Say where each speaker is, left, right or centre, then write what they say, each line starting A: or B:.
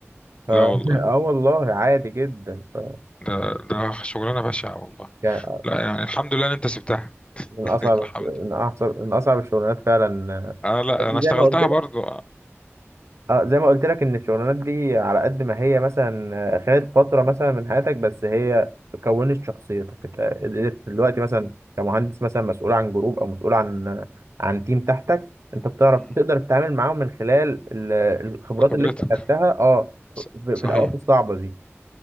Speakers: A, on the right; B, on the left.
A: ف... <laughs>
B: لا والله
A: اه والله عادي جدا ف...
B: ده ده شغلانه بشعه والله
A: يعني
B: لا يعني الحمد لله ان انت سبتها
A: من
B: <laughs>
A: اصعب
B: الحمد
A: من اصعب من اصعب الشغلانات فعلا آه،
B: اه لا
A: بس زي
B: انا اشتغلتها
A: ما قلت لك
B: برضو آه.
A: اه زي ما قلت لك ان الشغلانات دي على قد ما هي مثلا آه، خدت فتره مثلا من حياتك بس هي كونت شخصيتك انت قدرت دلوقتي مثلا كمهندس مثلا مسؤول عن جروب او مسؤول عن آه، عن تيم تحتك انت بتعرف
B: مم.
A: تقدر تتعامل معاهم من خلال ال- الخبرات
B: خبرتها
A: اللي انت خدتها اه في
B: ص- صحيح
A: في الاوقات الصعبه دي